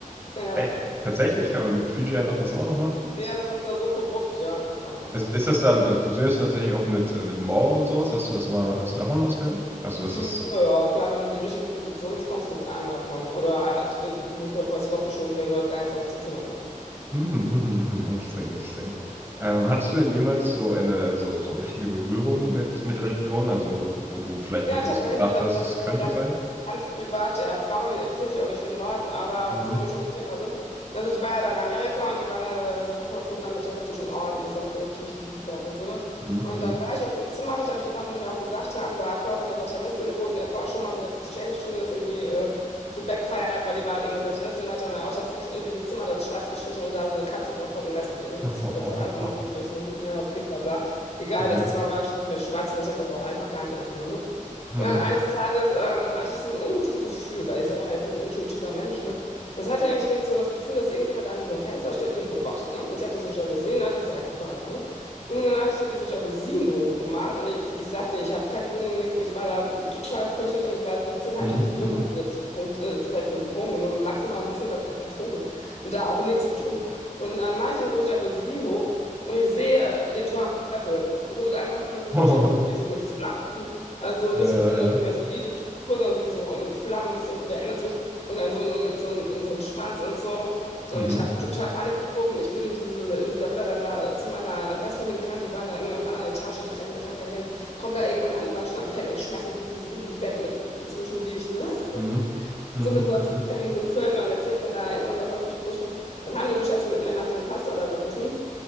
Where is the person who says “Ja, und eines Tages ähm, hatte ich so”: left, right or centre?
Left